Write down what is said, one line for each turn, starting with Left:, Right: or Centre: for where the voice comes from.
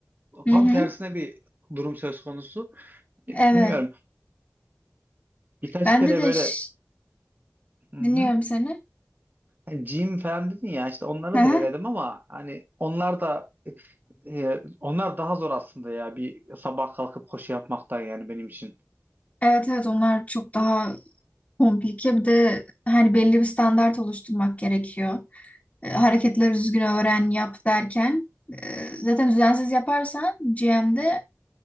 Right: e,
Left: Hı
Right: tam
Left: hı.
Right: tersine bir durum söz konusu. Hani
Left: Evet.
Right: Bilmiyorum. Birkaç
Left: Bende
Right: kere
Left: de
Right: böyle
Left: ş-
Right: hı hı.
Left: dinliyorum seni.
Right: Hani gym falan dedin ya işte onları
Left: Hı hı.
Right: da denedim ama hani onlar da e, onlar daha zor aslında ya bir sabah kalkıp koşu yapmaktan yani benim için.
Left: Evet evet onlar çok daha komplike bir de hani belli bir standart oluşturmak gerekiyor. E, hareketleri düzgün öğren, yap derken e, zaten düzensiz yaparsan GM'de